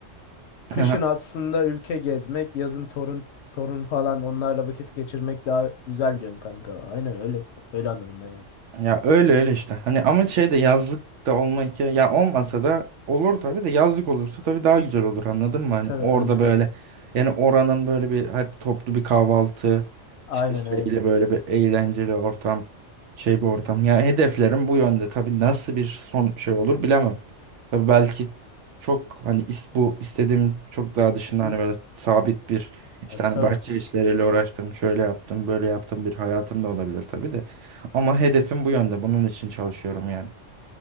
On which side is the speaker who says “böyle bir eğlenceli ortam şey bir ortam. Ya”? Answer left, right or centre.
Right